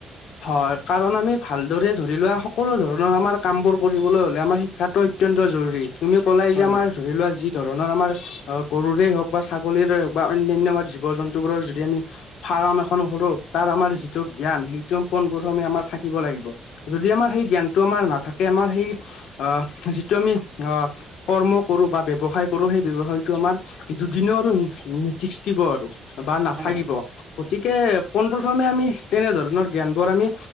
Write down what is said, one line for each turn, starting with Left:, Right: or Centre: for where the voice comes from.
Left: হয় কাৰণ আমি ভালদৰে ধৰি লোৱা স কলো ধৰণৰ আমাৰ কাম বোৰ কৰিবলৈ হ'লে আমাৰ শিক্ষাটো অত্যন্ত জৰুৰী। তুমি ক'লাই
Right: হয়
Left: যে আমাৰ
Right: হয়
Left: ধৰি লোৱা যি ধৰণৰ আমাৰ আ, গৰুৰেই হওঁক বা ছাগলীৰে হওঁক বা অন্যান্য আমাৰ জীৱ জন্তুবোৰৰ যদি আমি ফাৰাম এখন খৰো তাৰ আমাৰ যিটো জ্ঞান সেইটো পোন পথমে আমাৰ থাকিব লাগিব। যদি আমাৰ সেই জ্ঞানটো আমাৰ নাথাকে আমাৰ সেই আ, যিটো আম অ, কৰ্ম কৰো বা ব্যৱসায় কৰো সেই ব্যৱসায়টো আমাৰ দুদিনৰ <unintelligible> থিস্কিব আৰু বা নাথাকিব।
Right: হয়
Left: গতিকে পোন প্ৰথমে আমি তেনেধৰণৰ জ্ঞান বোৰ আমি